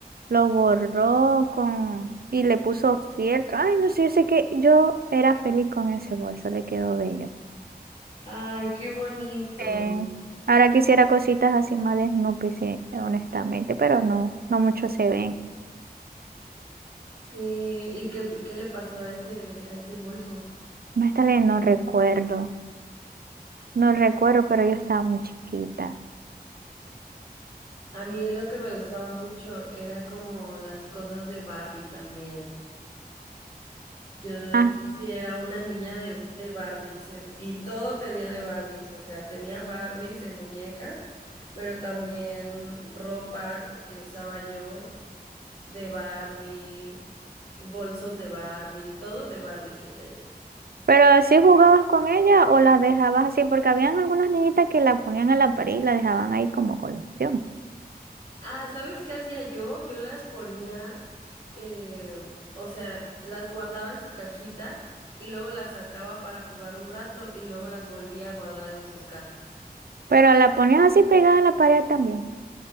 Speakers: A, on the right (about 70°); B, on the left (about 35°).
A: lo borró con y le puso fieltro. Ay, no sé, yo sé que yo era feliz con ese bolso, le quedó bello.
B: Ay, qué bonito.
A: Eh, ahora quisiera cositas así más de Snoopy, sí, honestamente, pero no, no mucho se ven.
B: Sí, ¿y qué, qué le pasó a ese, a ese bolso?
A: Más tarde no recuerdo, no recuerdo, pero yo estaba muy chiquita.
B: A mí lo que me gustaba mucho era como las cosas de Barbie también. Yo,
A: Ah,
B: yo sí era una niña de, de Barbies, eh, y todo tenía de Barbies, o sea, tenía Barbies de muñecas, pero también ropa que usaba yo de Barbie, bolsos de Barbie, todo de Barbie quería yo.
A: ¿Pero si jugabas con ella o las dejabas así? Porque habían algunas niñitas que la ponían a la pared y la dejaban ahí como colección.
B: Ah, ¿sabes qué hacía yo? Yo las ponía, eh, o sea, las guardaba en su cajita y luego las sacaba para jugar un rato y luego las volvía a guardar en sus cajas.
A: Pero la ponías así pegada a la pared también.